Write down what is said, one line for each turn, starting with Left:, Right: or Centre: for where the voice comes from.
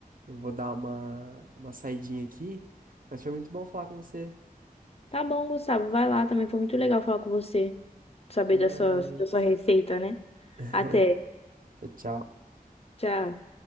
Right: Eu vou dar uma, uma saidinha aqui. Mas foi muito bom falar com você.
Left: Tá bom, Gustavo, vai lá também. Foi muito legal falar com você. Saber
Right: Até mais.
Left: da sua, da sua receita, né?
Right: <laughs>
Left: Até.
Right: Tchau, tchau.
Left: Tchau.